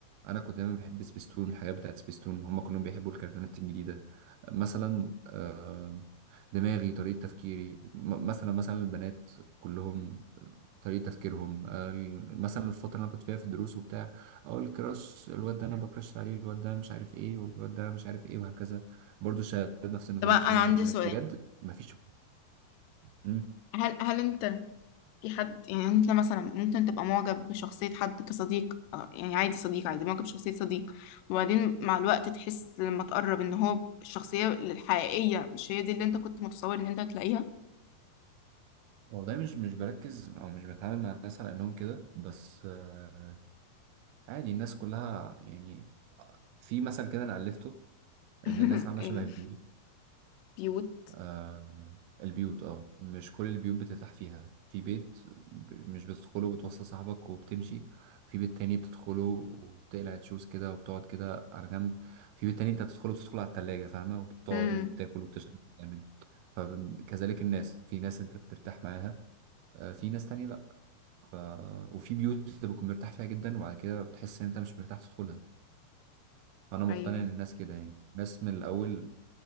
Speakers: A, on the right; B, on the left.
A: انا كنت دايما بحب سبيستون الحاجات بتاعت سبيستون هم كلهم بيحبوا الكرتونات الجديدة مثلا آه، دماغي طريقة تفكيري م- مثلا مثلا البنات كلهم طريقة تفكيرهم آه، ال- مثلا الفترة اللي أنا كنت فيها في الدروس وبتاع أقول الكراش الواد ده أنا بكراش عليه الواد ده مش عارف إيه والواد ده مش عارف إيه وهكذا برضو الشباب نفس النظام
B: طب انا
A: مفيش دماغ
B: عندي
A: غير بنات
B: سؤال
A: بجد مفيش مم.
B: هل هل انت في حد يعني انت مثلا ممكن تبقى معجب بشخصية حد كصديق آه، يعني عادي صديق عادي معجب بشخصية صديق وبعدين مع الوقت تحس لما تقرب ان هو الشخصية الحقيقية مش هي دي اللي انت كنت متصور ان انت هتلاقيها
A: والله مش مش بركز أو مش بتعامل مع الناس على إنهم كده بس آه، عادي الناس كلها يعني في مثل كده أنا ألفته
B: <laughs>
A: إن الناس عاملة
B: إيه،
A: شبه البيوت
B: بيوت
A: آه البيوت اه مش كل البيوت بترتاح فيها في بيت ب- مش بتدخله بتوصل صاحبك وبتمشي في بيت تاني بتدخله وبتقلع الشوز كده وبتقعد كده على جنب في بيت تاني انت بتدخله بتدخله على التلاجة فاهمة وبتقعد
B: امم
A: وبتاكل وبتشرب وبتعمل فكذلك الناس في ناس انت بترتاح معاها آه، في ناس تانية لأ ف... وفي بيوت انت بتكون مرتاح فيها جدا وبعد كده بتحس ان انت مش مرتاح تدخلها فأنا مقتنع
B: ايوه
A: ان الناس كده يعني الناس من الأول